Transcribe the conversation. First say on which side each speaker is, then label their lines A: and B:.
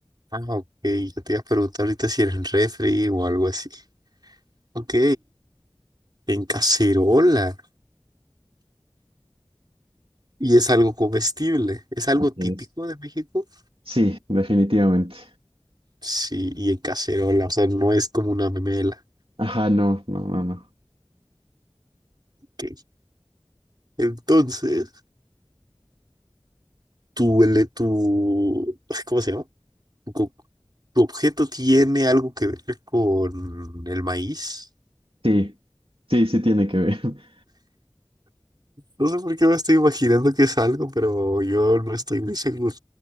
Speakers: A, on the right; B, on the right.
A: Ah, ok. Yo te iba a preguntar ahorita si era en refri o algo así. Ok. En cacerola. Y es algo comestible. ¿Es algo
B: Así
A: típico
B: es.
A: de México?
B: Sí, definitivamente.
A: Sí, y en cacerola. O sea, no es como una memela.
B: Ajá, no, no, no, no.
A: Ok. Entonces, tu, ele- tu, ay, ¿cómo se llama? Tu, co- tu objeto tiene algo que ver con el maíz.
B: Sí, sí, sí tiene que ver. <laughs>
A: No sé por qué me estoy imaginando que es algo, pero yo no estoy muy seguro.